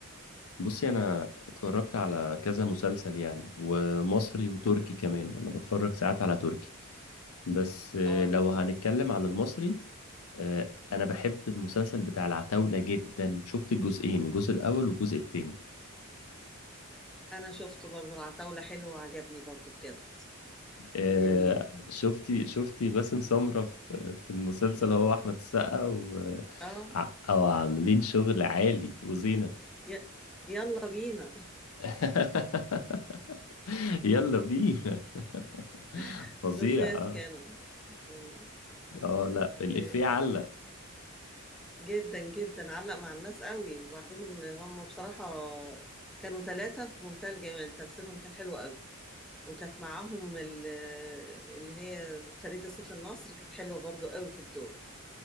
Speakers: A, on the left; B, in the centre.
A: بصي انا اتفرجت على كذا مسلسل يعني ومصري وتركي كمان انا بتفرج ساعات على تركي بس آه،
B: اه
A: لو هنتكلم عن المصري آه، انا بحب المسلسل بتاع العتاولة جدا شفت الجزئين الجزء الاول والجزء التاني
B: انا شفته برضو العتاولة حلو وعجبني برضو بجد
A: آه،
B: جميل
A: شفتي شفتي باسم سمرة في في المسلسل هو احمد السقا و
B: اه
A: ع- او عاملين شغل عالي وزينة
B: ي- يلا بينا
A: <laughs> يلا بينا <laughs>
B: <laughs>
A: فظيع
B: لزاز
A: آه.
B: كانوا مم.
A: اه لا
B: وجدا
A: الإفيه علق
B: جدا جدا علق مع الناس قوي وبعدين هم بصراحة كانوا ثلاثة في منتهى الجمال تمثيلهم كان حلو قوي وكانت معاهم ال- اللي هي فريدة سيف النصر كانت حلوة برضو قوي في الدور